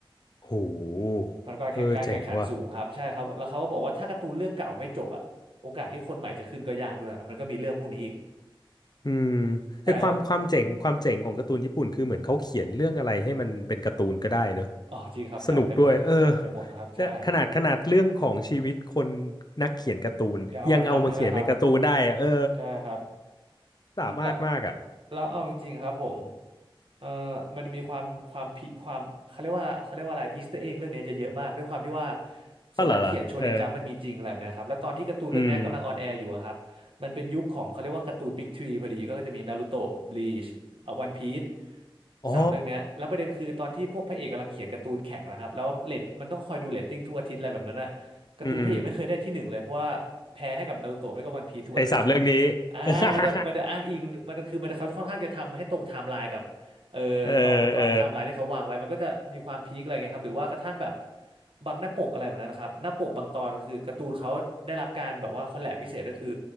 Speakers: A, on the left (about 50°); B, on the right (about 75°).
A: โห
B: มันก็แข่งการแข่งขันสูงครับใช่ครับแล้วเขาก็บอกว่าถ้าการ์ตูนเรื่องเก่าไม่จบอ่ะโอกาสที่คนใหม่จะขึ้นก็ยากด้วยมันก็มีเรื่องพวกนี้อีก
A: เออเจ๋งว่ะ อืม
B: ใช่แล้ว
A: ไอ้ความความเจ๋งความเจ๋งของการ์ตูนญี่ปุ่นคือเหมือนเขาเขียนเรื่องอะไรให้มันเป็นการ์ตูนก็ได้เนอะ
B: อ๋อจริงครับจับไปหมดจับไปหมดนะครับใช่
A: สนุกด้วยเออแต่ขนาดขนาดเรื่องของชีวิตคนนักเขียนการ์ตูนยังเอามาเขียนเป็นการ์ตูนได้อะเออ
B: เดี๋ยวเอามาทำใช่ไหมครับ ใช่ครับอืมแล้ว
A: สามารถมากอ่ะ
B: แล้วเอาจริงๆครับผมเอ่อมันจะมีความความพิความเขาเรียกว่าเขาเรียกว่าอะไรอีสเตอร์เอ็กเรื่องเนี้ยจะเยอะมากด้วยความที่ว่า
A: อ๋อเหรอเหรอเออ
B: สำนักเขียนโชเนนจัมป์มันมีจริงอะไรแบบเนี้ยครับแล้วตอนที่การ์ตูนเรื่องเนี้ยกำลังออนแอร์อยู่อะครับมันเป็นยุคของเขาเรียกว่าการ์ตูนบิ๊กทรีพอดีก็จะมีนารูโตะบลีช
A: อืม
B: วันพีซ
A: อ๋อ
B: สามเรื่องเนี้ยแล้วประเด็นคือตอนที่พวกพระเอกกำลังเขียนการ์ตูนแข่งนะครับแล้วเรตมันต้องคอยดูเรตติ้งทุกอาทิตย์อะไรแบบนั้นอะการ์ตูนพระเอกไม่เคยได้ที่หนึ่งเลยเพราะว่าแพ้ให้กับนารูโตะไม่ก็วันพีซทุกอาทิตย์
A: อืมไอ้สามเรื่องนี้
B: อ่ามันจะมันจะอ้างอิงมันคือมันจะเขาจะค่อนข้างจะทำให้ตรงไทม์ไลน์กับเอ่อตอนตอนไทม์ไลน์ที่เขาวางไว้มันก็จะมีความพีคอะไรเงี้ยครับหรือว่ากระทั่งแบบ
A: <laughs> เออเออ
B: บางหน้าปกอะไรแบบนั้นนะครับหน้าปกบางตอนคือการ์ตูนเขาได้รับการแบบว่าคอลแลบพิเศษก็คือ